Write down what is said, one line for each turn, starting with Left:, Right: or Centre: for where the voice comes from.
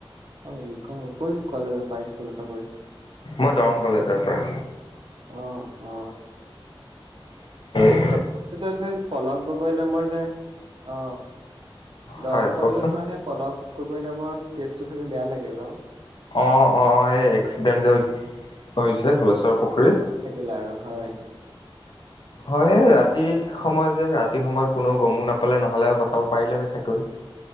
Right: অ বিকম কোন কলেজৰ পৰা স্কুলৰ পৰা কৰিছ-
Left: মই দৰং কলেজৰ পৰা।
Right: অ। অ
Left: ত।
Right: <unintelligible> পলক গগৈ নামৰ যে অ দৰং
Left: হয়
Right: কলেজত
Left: কওকচোন
Right: সোৱা পলক গগৈ নামৰ কেচটো শুনি বেয়া লাগিল ন।
Left: অ অ এই এক্সিডেণ্ট যে হৈছে হোলেশ্বৰ পুখুৰীত।
Right: লাৰু হয়
Left: হয় ৰাতি সময় যে ৰাতি সময়ত কোনো গমো নাপালে নহ'লে বচাব পাৰিলে হয় চাকৈ।